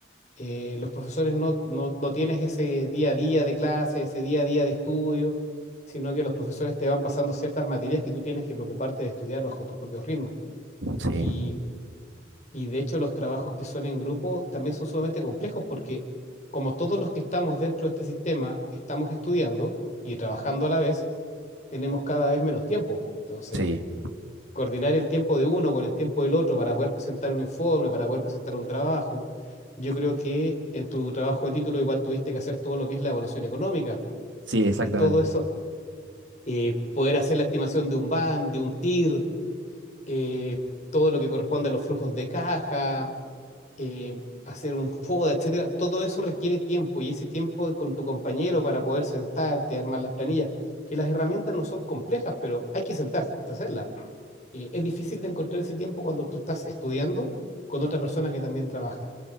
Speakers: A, on the left; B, on the right.
A: eh, los profesores no, no, no tienes ese día a día de clase, ese día a día de estudio, sino que los profesores te van pasando ciertas materias que tú tienes que preocuparte de estudiar bajo tus propios ritmos.
B: Sí.
A: Y, y de hecho los trabajos que son en grupo también son sumamente complejos porque como todos los que estamos dentro de este sistema estamos estudiando y trabajando a la vez, tenemos cada vez menos tiempo. Entonces,
B: Sí.
A: coordinar el tiempo de uno con el tiempo del otro para poder presentar un informe, para poder presentar un trabajo. Yo creo que en tu trabajo de título igual tuviste que hacer todo lo que es la evaluación económica
B: Sí, exactamente.
A: y todo eso, eh, poder hacer la estimación de un BAN, de un TIR, eh, todo lo que corresponde a los flujos de caja, eh, hacer un FODA, etcétera. Todo eso requiere tiempo y ese tiempo con tu compañero para poder sentarte, armar las planillas, que las herramientas no son complejas, pero hay que sentarse a hacerlas eh, es difícil de encontrar ese tiempo cuando tú estás estudiando con otra persona que también trabaja.